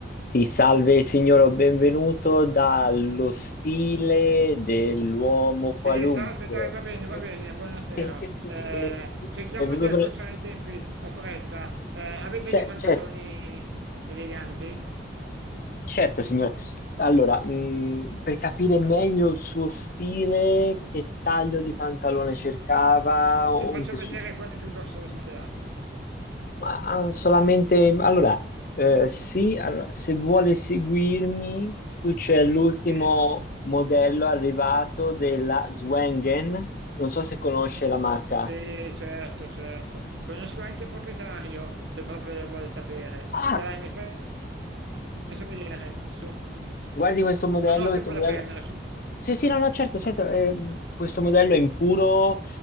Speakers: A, on the left; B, on the right.
A: Sì, salve signore, benvenuto dallo stile dell'uomo qualunque.
B: Sì, salve, dai, va bene,
A: Sì,
B: va bene, buonasera.
A: sì, sì, sì,
B: Eh,
A: sì, eh, sì.
B: cerchiamo
A: Benvenuto.
B: di accorciare
A: nel-
B: i tempi, ho fretta. Eh, avete
A: Cer-
B: dei pantaloni
A: cer-
B: eleganti?
A: certo, signore. Allora, mh, per capire meglio il suo stile, che taglio di pantalone cercava, un
B: Vi faccio
A: tessuto
B: vedere quelli più costosi che ha.
A: Ma ah, solamente allora, eh, sì, allora, se vuole seguirmi, qui c'è l'ultimo
B: Sì,
A: modello arrivato della Swangen. Non so se conosce la marca.
B: sì, certo, certo. Conosco anche il proprietario, se proprio lo vuole sapere.
A: Ah,
B: Dai, mi fai- faccio vedere, su.
A: guardi questo modello,
B: Non ho
A: questo
B: tempo
A: modello.
B: da perdere, su.
A: Sì, sì, no, no, certo, certo. ehm, questo modello è in puro